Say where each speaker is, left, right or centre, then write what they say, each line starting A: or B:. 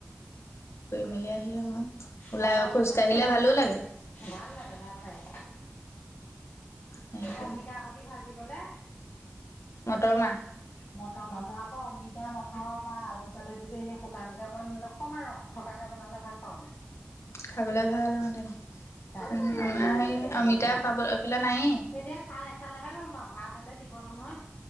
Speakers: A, on the left; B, on the left.
A: ফুৰি মেলি আহি অমান ওলাই
B: মটৰ কেইটামান
A: খোজ কাঢ়িলে
B: তিয়াই থৈছো
A: ভালো লাগে
B: ভাল লাগে ভাল লাগে
A: হেৰি কৰে
B: অমিতা খতি ভাজিবলে
A: মটৰ মাহ
B: মটৰ মামহ আকৌ অমিতা মটৰ বা আলু চালু দিছে এনেই শুকান কেইক অকমান ৰ থ কাকা বনালে ভাল পাওঁগে
A: খাবলে ভাল মানে
B: দালি
A: আমাৰ
B: চালি বিলাক
A: সেই
B: এইবোৰ
A: অমিতা
B: ভাল
A: পাব পেলা নাই
B: তেতিয়া খাই চালেহে গম পাম ভাল হলে দিব নহয়